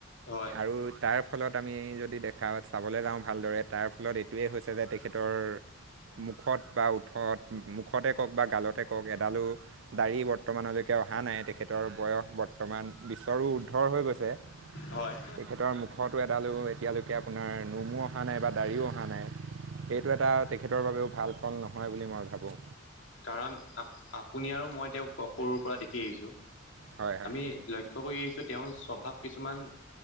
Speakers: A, on the left; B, on the right.
A: হয়
B: আৰু তাৰ ফলত আমি যদি দেখা চাবলৈ যাওঁ, ভালদৰে তাৰ ফলত এইটোৱেই হৈছে যে তেখেতৰ মুখত বা উঠত মুখতে, কওক বা গালতে কওক, এডালো দাড়ি ব্ত বৰ্তমানলৈকে অহা নাই, তেখেতৰ বয়স বৰ্তমান বিশ্বৰো উৰ্দ্ধৰ হৈ গৈছে।
A: হয়
B: তেখেতৰ মুখতো এডালো, এতিয়ালৈকে আপোনাৰ নোমো অহা নাই, বা দাঢ়িও অহা নাই। এইটো, এটা তেখেতৰ বাবেও ভাল ফল নহয় বুলি মই ভাবো।
A: কাৰণ আ আপুনি আৰু মই তেওঁক সৰুৰ পৰা দেখি আহিছো।
B: হয় হয়
A: আমি লক্ষ্য কৰি আহিছো তেওঁৰ স্বভাৱ কিছুমান,